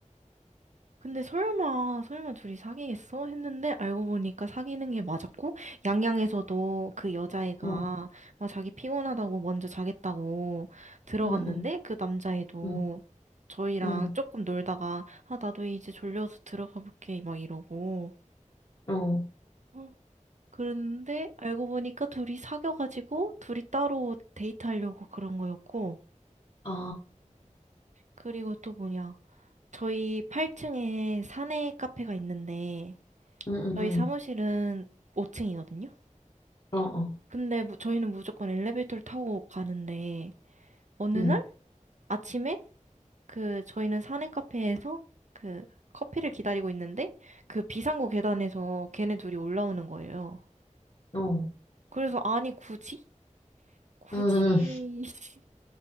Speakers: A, on the right (about 65°); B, on the left (about 40°).
A: 근데 설마, 설마 둘이 사귀겠어? 했는데 알고 보니까 사귀는 게 맞았고, 양양에서도 그 여자애가
B: 응, 어,
A: 막 자기 피곤하다고 먼저 자겠다고 들어갔는데,
B: 응, 응, 응,
A: 그 남자애도
B: 응,
A: 저희랑
B: 응,
A: 조금 놀다가, 아, 나도 이제 졸려서 들어가 볼게, 막 이러고.
B: 응. 어.
A: 어, 그런데 알고 보니까 둘이 사귀어가지고, 둘이 따로 데이트하려고 그런 거였고,
B: 아,
A: 그리고 또 뭐냐. 저희 8층에 사내 카페가 있는데,
B: 응, 응,
A: 저희
B: 응.
A: 사무실은 5층이거든요.
B: 어, 어.
A: 근데 무- 저희는 무조건 엘리베이터를 타고 가는데 어느
B: 응,
A: 날 아침에 그 저희는 사내 카페에서 그 커피를 기다리고 있는데 그 비상구 계단에서 걔네 둘이 올라오는 거예요.
B: 어.
A: 그래서 아니 굳이 굳이
B: 응, 응,
A: <laughs>